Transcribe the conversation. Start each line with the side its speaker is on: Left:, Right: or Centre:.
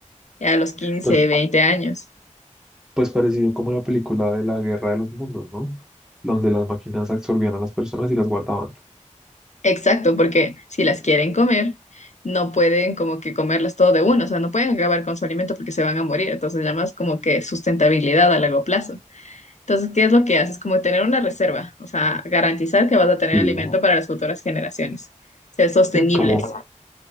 Left: a los 15,
Centre: Pues,
Left: 20 años.
Centre: pues parecido como la película de la Guerra de los Mundos, ¿no? Donde las máquinas absorbían a las personas y las guardaban.
Left: Exacto, porque si las quieren comer, no pueden como que comerlas todo de uno, o sea, no pueden acabar con su alimento porque se van a morir, entonces llamas como que sustentabilidad a largo plazo. Entonces, ¿qué es lo que haces? Como tener una reserva, o sea, garantizar que vas a tener
Centre: Sí.
Left: alimento para las futuras generaciones, ser sostenibles.
Centre: Sí, como,